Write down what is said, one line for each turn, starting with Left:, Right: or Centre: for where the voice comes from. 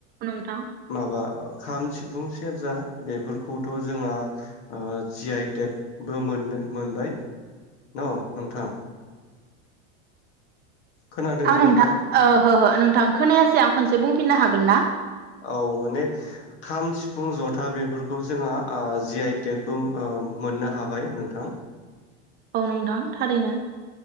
Right: नोंथां
Left: माबा खाम सिफुं सेरजा बेफोरखौथ' जोंहा ओ जि आइ टेकबो मोननो मोनबाय न नोंथां खोनादोंना
Right: आं नोंथां
Left: नोंथाङा
Right: ओहो नोंथां खोनायासै आं खनसे बुंफिननो हागोन ना
Left: औ माने खाम सिफुं जथा बेफोरखौ जोंहा आ जि आइ टेकबो आ मोननो हाबाय नोंथां
Right: औ नोंथां थारैनो